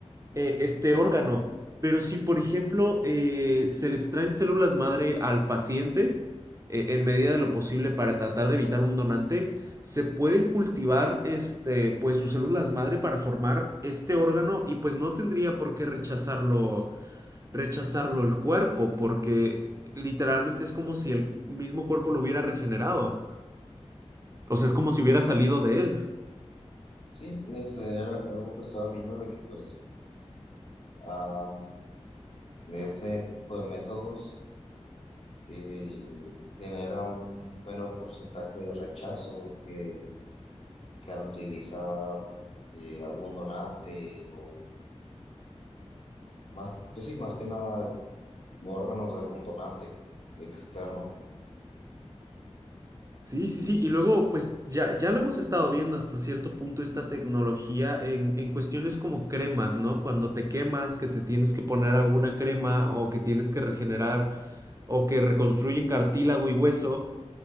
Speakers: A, on the right (about 30°); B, on the left (about 65°).
A: eh, este órgano. Pero si, por ejemplo, eh, se le extraen células madre al paciente, eh, en medida de lo posible para tratar de evitar un donante, se pueden cultivar este, pues sus células madre para formar este órgano y pues no tendría por qué rechazarlo rechazarlo el cuerpo, porque literalmente es como si el mismo cuerpo lo hubiera regenerado. O sea, es como si hubiera salido de él.
B: Sí, ese era algo que estaba viendo de que pues ah, ese tipo de métodos eh, genera un menor porcentaje de rechazo que, que al utilizar eh, algún donante o más, pues sí, más que nada órganos de algún donante externo.
A: Sí, sí, sí. Y luego, pues ya, ya lo hemos estado viendo hasta cierto punto esta tecnología en, en cuestiones como cremas, ¿no? Cuando te quemas, que te tienes que poner alguna crema o que tienes que regenerar o que reconstruyen cartílago y hueso.